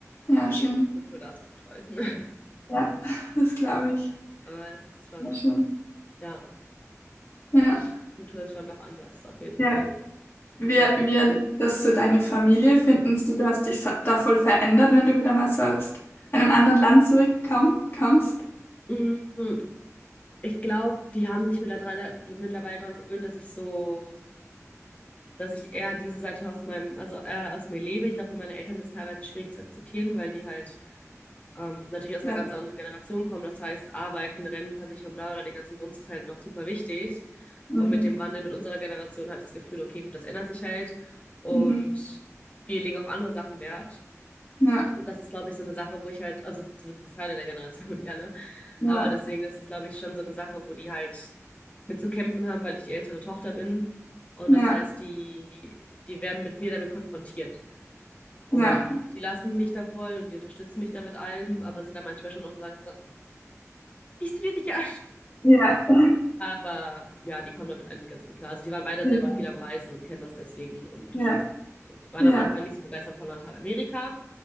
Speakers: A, on the left; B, on the left.
A: Ja.
B: Und
A: Schön.
B: die Essenskultur da ist auch toll. <laughs>
A: Ja. Das glaube ich.
B: Aber es ist schon,
A: Ja, schön.
B: ja,
A: Ja.
B: die Kultur ist schon doch anders, auf jeden
A: Ja.
B: Fall.
A: Wie,
B: Ja.
A: wie erlebt das so deine Familie? Finden sie, du hast dich sa- da voll verändert, wenn du wieder mal so aus einem anderen Land zurückkommst?
B: Mm, Ich glaube, die haben sich mittlerweile, mittlerweile daran gewöhnt, dass ich so, dass ich eher diese Seite aus meinem, also eher aus mir lebe. Ich glaube, für meine Eltern ist es teilweise schwierig zu akzeptieren, weil die halt ähm, natürlich aus
A: Ja.
B: einer ganz anderen Generation kommen. Das heißt, Arbeiten, Rentenversicherung, bla bla, den ganzen Bums ist halt noch super wichtig.
A: Mhm.
B: Und mit dem Wandel mit unserer Generation habe ich das Gefühl, okay, gut, das ändert sich halt. Und
A: Mhm.
B: wir legen auf andere Sachen Wert.
A: Ja,
B: Und das ist, glaube ich, so eine Sache, wo ich halt, also zumindest Teile der Generation, <laughs> nicht alle,
A: ja,
B: aber deswegen, das ist, glaube ich, schon so eine Sache, wo die halt mit zu kämpfen haben, weil ich die ältere Tochter bin. Und
A: ja,
B: das heißt, die, die werden mit mir damit konfrontiert. Und
A: ja,
B: die lassen mich da voll und die unterstützen mich da mit allem, aber sind da manchmal schon noch sagen, so, bist du dir sicher?
A: ja. <laughs>
B: Aber ja, die kommen damit eigentlich ganz gut klar. Also die waren beide
A: Ja,
B: selber viel am Reisen und kennen das deswegen und unterstützen
A: ja,
B: mich wirklich. Waren
A: ja,
B: am Anfang nicht so begeistert von Lateinamerika,